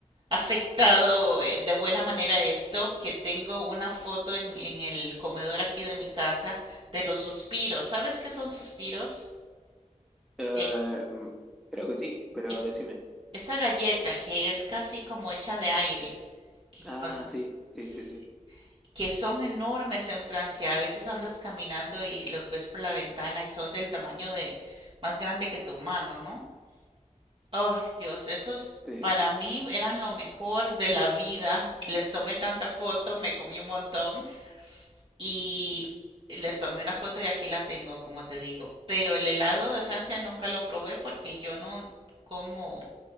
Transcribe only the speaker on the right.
afectado eh, de buena manera esto, que tengo una foto en, en el comedor aquí de mi casa de los suspiros. ¿Sabes qué son suspiros?
Eh,
es,
esa galleta que es casi como hecha de aire, que,
cuan-
s-
que son enormes en Francia. A veces andas caminando y los ves por la ventana y son del tamaño de más grande que tu mano, ¿no? Oh, Dios, esos
para mí eran lo mejor de la vida. Les tomé tanta foto, me comí un montón. Y les tomé una foto y aquí la tengo, como te digo. Pero el helado de Francia nunca lo probé porque yo no como